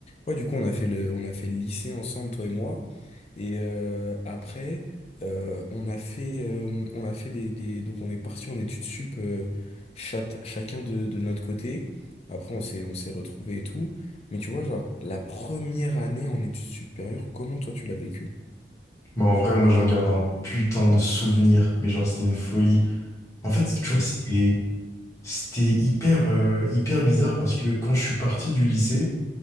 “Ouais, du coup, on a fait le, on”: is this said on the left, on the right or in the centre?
Left